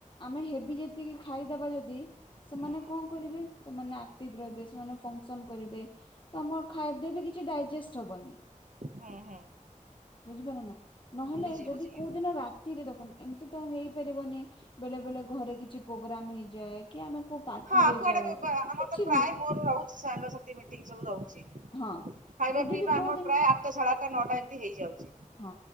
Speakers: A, on the left; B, on the right.
A: ଆମେ ହେବି ଯେତିକି ଖାଇଦବା ଯଦି ସେମାନେ
B: ହୁଁ
A: କଣ କରିବେ ସେମାନେ ଆକ୍ଟିଭ ରହିବେ, ସେମାନେ ଫଙ୍କସନ କରିବେ ତ ଆମର ଖାଦ୍ୟ ବି କିଛି ଡାଇଜେଷ୍ଟ ହବନି।
B: ହଁ
A: ବୁଝିପାରିଲେ ନା ନହେଲେ
B: ବୁଝିଲି
A: ଯଦି
B: ବୁଝିଲି
A: କୋଉ ଦିନ ରା ତିରେ ଦେଖନ୍ତୁ ଏମିତି ତ ହେଇପାରିବନି ବେଳେ ବେଳେ ଘରେ କିଛି ପ୍ରୋଗ୍ରାମ ହେଇଯାଏ କି ଆମେ କୋଉ ପାର୍ଟିରେ
B: ହଁ କୁଆଡେ
A: ଯାଉ
B: ଆମର
A: କିଛି
B: ତ ପ୍ରାୟ
A: ବି
B: ମୋର ରହୁଛି ସାଙ୍ଗସାଥି ମିଟିଙ୍ଗ ସବୁ ରହୁଛି।
A: ହଁ
B: ଖାଇବା
A: ଯଦି
B: ପିଇବା
A: ବି କୋଉ
B: ଆମର
A: ଦିନ
B: ପ୍ରାୟ ଆଠଟା ସାଢେ ଆଠଟା ନଅଟା ଏମିତି ହେଇଯାଉଛି।
A: ହଁ